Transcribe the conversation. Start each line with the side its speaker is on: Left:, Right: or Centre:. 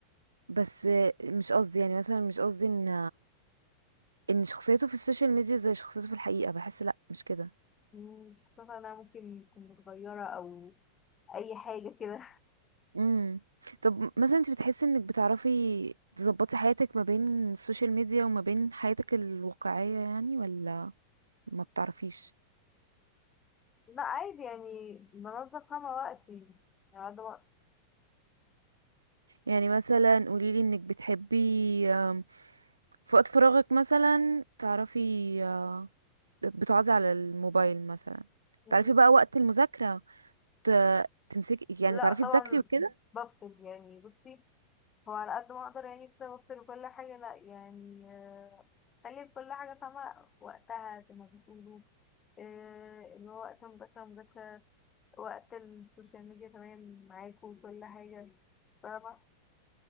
Right: بس مش قصدي يعني مثلا مش قصدي ان ان شخصيته في السوشيال ميديا زي شخصيته في الحقيقة بحس لا مش كده
Left: مم، بتحسي مثلا انها ممكن تكون متغيرة او اي حاجة كده
Right: امم طب مثلا انت بتحسي انك بتعرفي تظبطي حياتك ما بين السوشيال ميديا وما بين حياتك الواقعية يعني ولا ما بتعرفيش
Left: <laughs> لا عادي يعني بنظم فاهمة وقتي يعني قاعدة وقت
Right: يعني مثلا قوليلي انك بتحبي آم، في وقت فراغك مثلا تعرفي آه، بتقعدي على الموبايل مثلا
Left: مم،
Right: تعرفي بقى وقت المذاكرة ت- تمسكي يعني
Left: لا
Right: تعرفي
Left: طبعا
Right: تذاكري وكده
Left: بفصل يعني بصي هو على قد ما اقدر يعني كده بفصل كل حاجة لا يعني آه، خلي كل حاجة فاهمة وقتها زي ما بيقولوا آه، اللي هو وقت المذاكرة مذاكرة وقت السوشيال ميديا تمام معاكوا وكل حاجة فاهمة